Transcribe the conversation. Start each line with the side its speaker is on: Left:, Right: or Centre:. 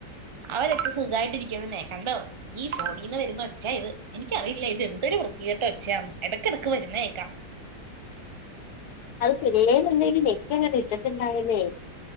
Right: അവരൊക്കെ സുഖയിട്ട് ഇരിക്കണന്നേ കണ്ടോ ഈ ഫോണീന്ന് വരുന്ന ഒച്ച ഇത് എനിക്കറിയില്ല ഇത് എന്തൊരു വൃത്തികെട്ട ഒച്ചയാന്ന് ഇടക്കിടക്ക് വരുന്ന കേക്കാം
Left: അത് പിള്ളേരന്തങ്കിലും നെക്കി അങ്ങനെ ഇട്ടിട്ടുണ്ടാവില്ലേ